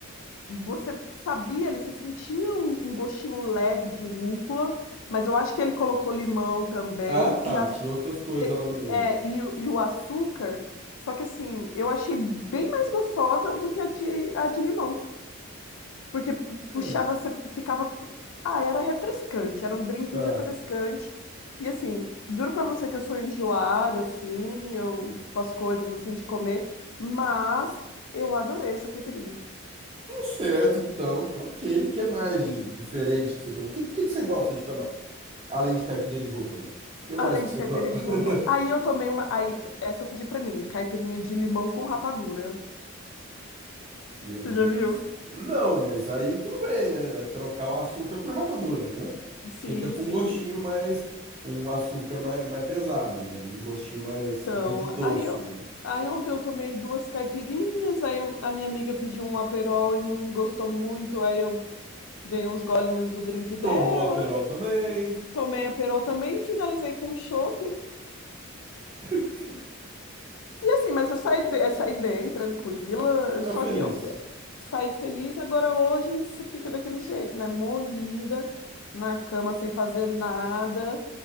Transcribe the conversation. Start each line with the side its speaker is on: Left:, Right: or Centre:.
Left: Você sabia ali, você sentia um, um gostinho leve de rúcula, mas eu acho que ele colocou limão também
Right: Ah, tá.
Left: e, a,
Right: Tinha outras coisas
Left: e,
Right: lá no meio.
Left: é, e, o e o açúcar. Só que assim, eu achei bem mais gostosa do que a de, a de limão. Porque pu- puxava,
Right: É,
Left: você ficava. Ah, era refrescante, era um drink
Right: tá.
Left: refrescante. E assim, juro pra você que eu sou enjoada, assim, eu com as coisas assim de comer, mas eu adorei essa caipirinha.
Right: Tá certo, então. Ok. O que mais
Left: E
Right: de diferente que você tomou? O que, que, que você gosta de tomar? Além de caipirinha de rúcula. O que
Left: além
Right: mais que
Left: de
Right: você
Left: caipirinha
Right: gosta?
Left: de
Right: <laughs>
Left: rúcula, aí eu tomei uma. Aí, essa eu pedi pra mim, caipirinha de limão com rapadura.
Right: Jesus.
Left: Você já viu?
Right: Não, mas aí tudo bem, né? É trocar o açúcar por rapadura, né?
Left: Sim,
Right: Fica com
Left: sim.
Right: um gostinho mais. Um açúcar mais, mais pesado, né? Um gostinho mais,
Left: Então,
Right: mais de doce,
Left: aí eu,
Right: né?
Left: aí ontem eu tomei duas caipirinhas, aí um- a minha amiga pediu um aperol e não gostou muito, aí eu Dei uns golinhos do drink dela,
Right: Tomou Aperol também.
Left: tomei a Perol também, finalizei com o chopp.
Right: <laughs>
Left: E assim, mas eu saí, be- eh, saí bem, tranquila,
Right: Aí
Left: só
Right: eu feliz.
Left: que eu saí feliz. Agora hoje você fica daquele jeito, né? Morrida, na cama, sem fazer nada,